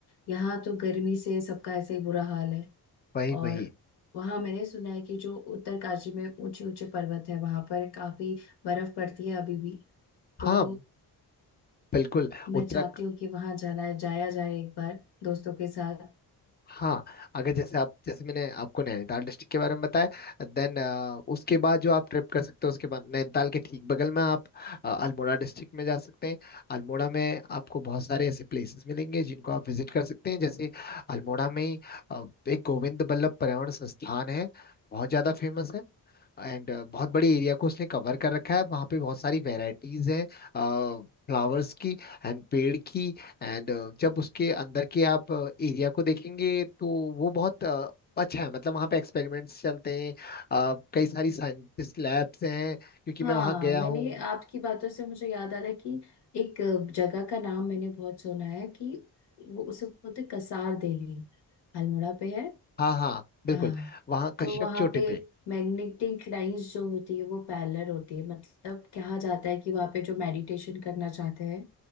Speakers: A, on the left; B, on the left.
A: यहाँ तो गर्मी से सबका ऐसे ही बुरा हाल है
B: वही
A: और
B: वही
A: वहां मैंने सुना है कि जो उत्तरकाशी में ऊंचे ऊंचे पर्वत है वहां पर काफी बर्फ पड़ती है अभी भी तो
B: हाँ बिल्कुल
A: मैं
B: उत्तराखंड
A: चाहती हूँ कि वहां जाना जाया जाए एक बार दोस्तों के साथ
B: हाँ अगर जैसे आप जैसे मैंने आपको नैनीताल डिस्ट्रिक्ट के बारे में बताया देन उसके बाद जो आप ट्रिप कर सकते हो उसके बाद नैनीताल के ठीक बगल में आप अ, अल्मोड़ा डिस्ट्रिक्ट में जा सकते हैं अल्मोड़ा में आपको बहुत सारे ऐसे प्लेसेस मिलेंगे जिनको आप विजिट कर सकते हैं जैसे अल्मोड़ा में ही अ, एक गोविंद बल्लभ पर्यावरण संस्थान है बहुत ज्यादा फेमस है एंड बहुत बड़े एरिया को उसने कवर कर रखा है वहाँ पे बहुत सारी वेराइटीज हैं फ्लावर्स की एंड पेड़ की एंड जब उसके अंदर के आप एरिया को देखेंगे तो वो बहुत अ, अच्छा है मतलब वहाँ पे एक्सपेरिमेंट्स चलते हैं अ, कई सारी साइंटिस्ट लैब्स हैं क्योंकि
A: हाँ
B: मैं वहाँ गया
A: मैंने
B: हूँ
A: आपकी बातों से मुझे याद आ रहा है कि एक जगह का नाम मैंने बहुत सुना है कि वो उसे बोलते कसार देवी अल्मोड़ा पे है
B: हाँ हाँ बिल्कुल
A: हाँ
B: वहाँ कश्यप
A: तो वहां
B: चोटी
A: पे
B: पे
A: मैग्नेटिक लाइंस जो होती है वो पैरेलल होती है मतलब कहा जाता है कि वहां पे जो मेडिटेशन करना चाहते हैं